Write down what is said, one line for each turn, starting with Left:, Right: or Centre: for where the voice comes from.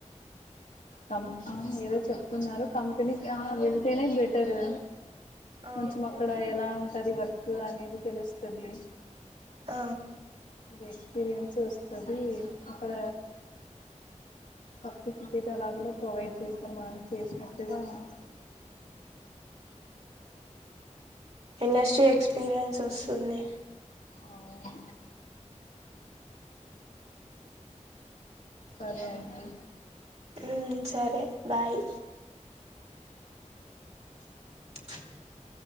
Right: <inaudible>
Left: కం ఆ ఏదో చెప్తున్నారు కంపెనీకి వెళ్తేనే బెటరు
Right: ఆ
Left: కొంచెం అక్కడ ఎలా ఉంటది వర్క్ అనేది తెలుస్తది
Right: ఆ
Left: అది ఎక్స్పీరియన్సే వస్తది అక్కడ సర్టిఫికెట్ అలా గూడా ప్రొవైడ్ చేస్తారు మనం చేసినట్టుగా ఉమ్
Right: ఇండస్ట్రీ ఎక్స్పీరియన్స్ వస్తుంది
Left: అవును సరే అండి
Right: ఉమ్ సరే బాయ్ <inaudible>